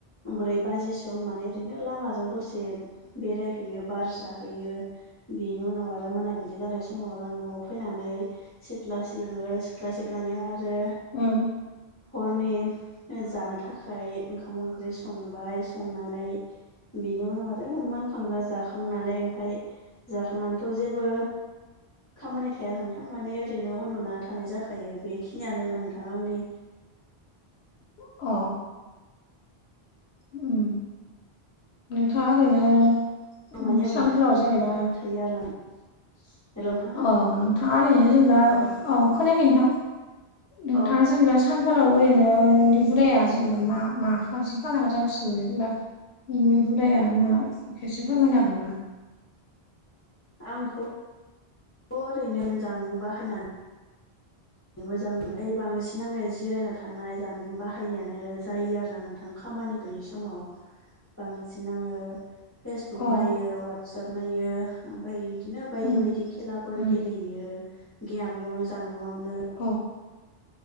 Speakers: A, on the left; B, on the left.
A: ब्रै बाजिसोआव‌ आं माने ओरैनो लामाजों दसे से बेरायहैयो बार जाहैयो बेनि उनाव आरो मोनाबिलि जानाय समाव आरो न'आव फैनानै सिथ्ला सिबो सिथ्ला सिबनानै आरो
B: उम
A: हरनि जानो थाखाय ओंखाम ओंख्रि संबाय संनानै बिनि उनाव आरो मोनखांना जाखांनानै ओमफ्राय जाखांनानैथ' जेबो खामानि थाया नोंथां माने ओरैनो उन्दुना थानाय जाखायो बेखिनियानो नोंथां आंनि
B: अ उम नोंथाङा ओरैनो
A: माने आं
B: सानफोराव जेनेबा
A: थायो आरो ना हेल' नोंथां
B: अ नोंथाङा ओरैनो जेनेबा
A: औ
B: अ खोनायाखै नोंथां नोंथाङा
A: औ
B: जेनेबा सानफोराव ओरैनो नोंनि हुदाया जेनेबा मा माखौ बांसिन खामना मोजांसिन मोनो जेनेबा नोंनि हुदाया मा खेबसे फोरमायनो हागोन नामा
A: आंथ' ओरैनो जानबुं बाहायना मोजां मोननाय बांसिन आङो जिरायना थानाय जानबुं बाहायनायानो जायो आरो ना नोंथां खामानि गैयि समाव बांसिन आङो फेसबुक
B: अ
A: नायो वाटसाप नायो ओमफ्राय बिदिनो बायदि
B: उम
A: बायदि खेलाफोर
B: उम
A: गेलेयो <unintelligible> जानबुङावनो
B: अ